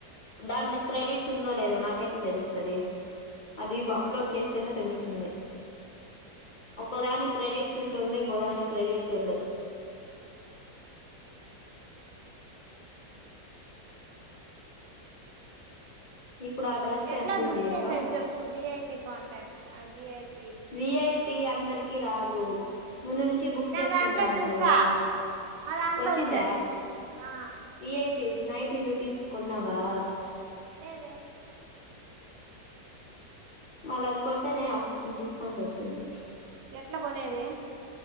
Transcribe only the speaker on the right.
ఎట్లా
బుక్
చేసారు చెప్పు విఐపీ కాంటాక్ట్ విఐపీ
నా
దాంట్లో
చూసా
నా దాంట్లో
ఉంది అది ఆ
లేదే
ఎట్లా కొనేది